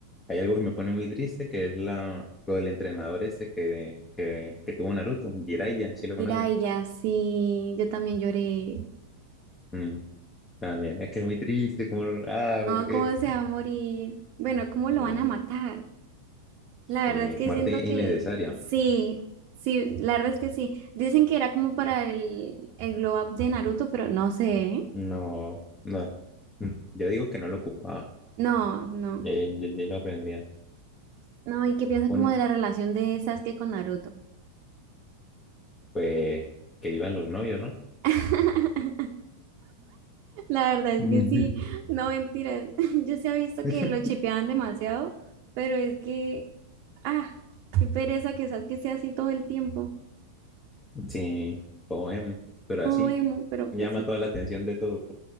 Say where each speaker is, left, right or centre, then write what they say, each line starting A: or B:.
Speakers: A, on the left; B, on the right.
A: hay algo que me pone muy triste, que es la, lo del entrenador este que, que, que tuvo Naruto, Jiraiya, si lo
B: Jiraiya,
A: conoces.
B: sí, yo también lloré.
A: Mm, también, es que es muy triste, como, lo- ah,
B: No,
A: porque
B: ¿cómo se va a morir? Bueno, ¿cómo lo
A: Eh,
B: van a matar? La
A: eh,
B: verdad es que
A: muerte
B: siento que
A: innecesaria.
B: sí, sí, la verdad es que sí. Dicen que era como para el, el glow up de Naruto, pero no sé. ¿eh?
A: No, no. Mm, Yo digo que no lo ocupaba.
B: No, no.
A: Ya, ya, ya- ya lo aprendía.
B: No, ¿y qué piensas
A: Bueno,
B: como de la relación de Sasuke con Naruto?
A: pues que iban los novios, ¿no?
B: <laughs> La verdad es
A: Ujú.
B: que sí, no mentiras. <laughs> Yo se ha visto
A: <laughs>
B: que lo chipeaban demasiado, pero es que, ah, qué pereza quizás que sea así todo el tiempo,
A: Sí, como emo, pero
B: todo
A: así
B: emo, pero pues
A: llama
B: sí,
A: toda la atención de todos.